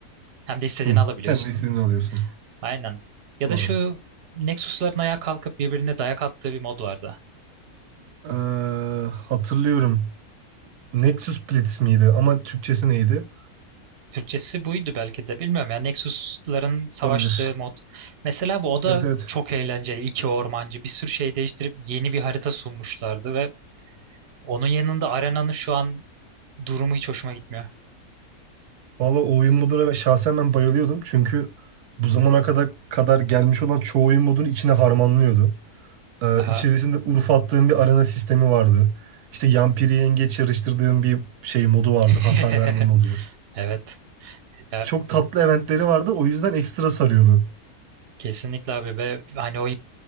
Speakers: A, on the right; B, on the right.
A: hem de istediğini
B: Hı.
A: alabiliyorsun.
B: Hem de istediğini alıyorsun.
A: Aynen. Ya
B: Doğru.
A: da şu Nexus'ların ayağa kalkıp birbirine dayak attığı bir mod vardı.
B: Ee, hatırlıyorum. Nexus Blitz miydi? Ama Türkçesi neydi?
A: Türkçesi buydu belki de bilmiyorum ya Nexus'ların savaştığı
B: Olabilir.
A: mod. Mesela bu o da
B: Evet evet.
A: çok eğlenceli. İki ormancı bir sürü şey değiştirip yeni bir harita sunmuşlardı ve Onun yanında Arena'nın şu an durumu hiç hoşuma gitmiyor.
B: Valla o oyun moduna ben- şahsen ben bayılıyordum. Çünkü bu zamana kadar kadar gelmiş olan çoğu oyun modunu içine harmanlıyordu. Ee,
A: Aha.
B: içerisinde Urf attığım bir arena sistemi vardı. İşte Yampiri yengeç yarıştırdığım bir şey modu vardı.
A: <laughs>
B: Hasar verme modu.
A: Evet. Ya,
B: Çok tatlı eventleri vardı. O yüzden ekstra sarıyordu.
A: kesinlikle abi ve hani o